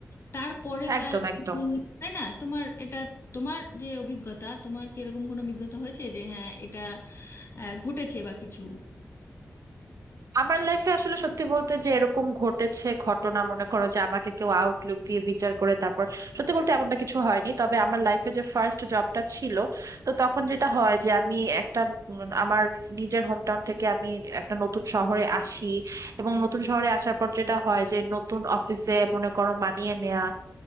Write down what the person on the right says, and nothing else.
একদম
একদম
আমার লাইফে আসলে সত্যি বলতে যে এরকম ঘটেছে ঘটনা মনে করো যে আমাকে কেউ আউটলুক দিয়ে বিচার করে তারপর সত্যি বলতে এমনটা কিছু হয়নি তবে আমার লাইফে যে ফার্স্ট জবটা ছিল তো তখন যেটা হয় যে আমি একটা উম, আমার নিজের হোমটাউন থেকে আমি একটা নতুন শহরে আসি এবং নতুন শহরে আসার পর যেটা হয় যে নতুন অফিসে মনে করো মানিয়ে নেওয়া